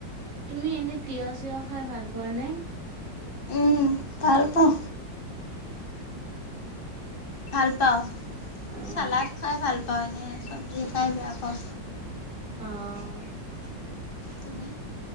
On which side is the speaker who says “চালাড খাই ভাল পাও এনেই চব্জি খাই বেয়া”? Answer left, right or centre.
Left